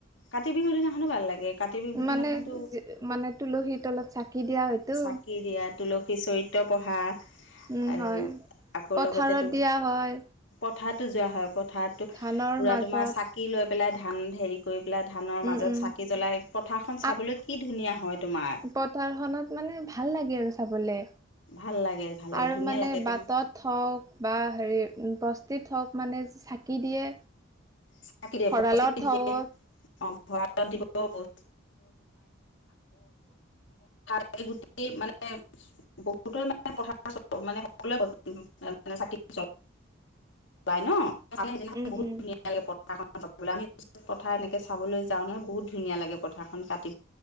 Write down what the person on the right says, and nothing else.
মানে-
মানে তুলসীৰ তলত চাকি দিয়া হয়তো
উম
হয়।
পথাৰত
দিয়া হয়
ধানৰ
মাজত
উম উম।
আক
পথাৰখনত মানে ভাল লাগে আৰু চাবলে।
আৰু
মানে
বাটত হওঁক বা হেৰি বস্তিত হওঁক মানে চাকি দিয়ে
ভঁৰালত
হওক
উম
উম